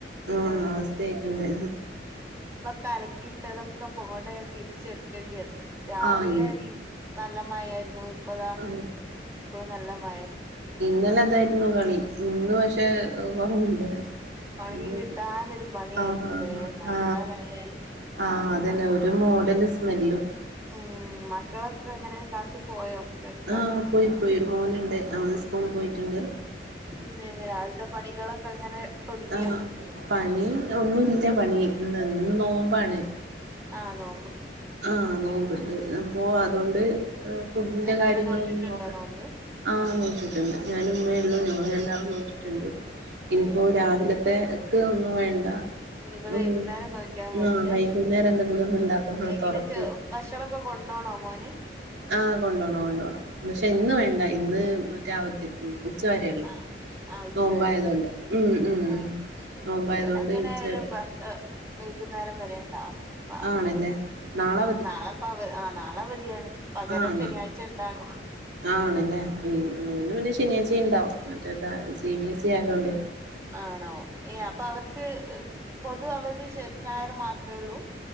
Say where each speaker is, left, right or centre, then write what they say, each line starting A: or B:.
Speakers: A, on the right; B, on the right.
A: ആ
B: ഏ
A: അവസ്ഥ ആയിട്ടിണ്ട്.
B: കലക്കിയിട്ടതൊക്കെ പൊങ്ങോട്ടങ്ങനെ തിരിച്ചെടുക്കേണ്ടി വന്ന് രാവിലെ
A: ആഹ് ഇ
B: നല്ല മഴായിരുന്നു ഇപ്പതാ
A: ആഹ്
B: ഇപ്പോഴും നല്ല മഴ
A: ഇന്നല അതായിരുന്നു കളി ഇന്ന് പക്ഷെ കുറവുണ്ട്
B: ഉണങ്ങി
A: <unintelligible>
B: കിട്ടാനൊരു പണിയായിരിക്കൂലേ
A: ആ
B: മഴക്കാലായാല്
A: ആ ആ അതന്നെ ഒരു മോഡല് സ്മെല്ലും
B: ഉം മക്കളൊക്കെ ങ്ങനെ ക്ലാസ്സിൽ പോയോ? ഉണ്ടോ
A: ആ പോയി പോയി ഒരു മോനുണ്ട് അവന് സ്കൂളി പോയിട്ടുണ്ട്
B: <unintelligible> രാവിൽത്തെ പണികളൊക്കെ അങ്ങനെ ഒതുങ്ങിയോ
A: ആ പണി ഒന്നുംല്ല പണി ഇന്ന് നോമ്പാണ്
B: ആ നോ
A: ആ നോമ്പണ്ട് അപ്പൊ അതുകൊണ്ട്
B: ഉം
A: ഫുഡിന്റെ
B: എല്ലാരും
A: കാര്യങ്ങളൊന്നും
B: നോറ്റിട്ടുണ്ടോ
A: നോക്കണ്ട.
B: നോമ്പ്
A: ആ നോട്ടിട്ടുണ്ട് ഞാന ഉമ്മേ ഉള്ളൂ വേണ്ടാ നോട്ടിട്ടുണ്ട് ഇനിപ്പോ
B: ഏ
A: രാവിലത്തെക്ക് ഒന്നും വേണ്ട
B: ഇനിയിപ്പോ
A: ഉ
B: വൈകുന്നേരം നോക്കിയാ മതില്ലേ
A: ആ വൈകുന്നേരം എന്തെങ്കിലും ഒന്നും ഉണ്ടാക്കണം
B: എങ്ങനെ
A: തൊറക്ക്
B: ച്ചോ ഭക്ഷണൊക്കെ കൊണ്ടോണോ മോന്.
A: ആ കൊണ്ടു പോണം കൊണ്ടുപോണം പക്ഷെ ഇന്ന്
B: ഏ
A: വേണ്ട ഇന്ന് മറ്റേ അവധി ഉച്ച വരേള്ളൂ
B: ആ ആ ഉച്ച
A: നോമ്പായതോണ്ട്
B: വരെയുള്ളൂ അല്ലേ
A: ഉം ഉം
B: ആ
A: നോമ്പായതുകൊണ്ട്
B: ഇവിടെ എങ്ങനെ
A: ഉച്ചവരെ
B: ആയാലും <unintelligible> ഏഹ് വൈകുന്നേരം വരെണ്ടാവും. ക്ലാസ്
A: ആണല്ലേ നാളെ
B: നാളെപ്പ അവ ആഹ് നാളെ അവധിയാണ് പകരം
A: ആണാ
B: ശനിയാഴ്ച ഉണ്ടാണും
A: ആണല്ലേ യ്യോ ഇവന്
B: ഉം
A: പിന്നെ ശനിയാഴ്ച്ചെം ഇണ്ടാവും മറ്റേ ഇതാ സി ബി എസ് ഇ ആയതോണ്ട്.
B: ആണോ ഏ അപ്പൊ അവർക്ക് പൊതു അവധി ഞായർ മാത്രേ ഉള്ളൂ.